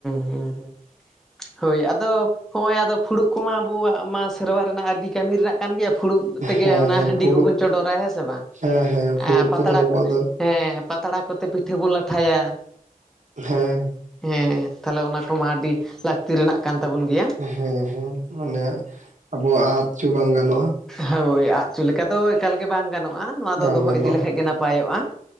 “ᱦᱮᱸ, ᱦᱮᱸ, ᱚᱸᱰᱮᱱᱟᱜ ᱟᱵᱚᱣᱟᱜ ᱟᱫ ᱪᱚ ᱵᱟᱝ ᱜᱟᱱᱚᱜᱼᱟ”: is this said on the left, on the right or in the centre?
Right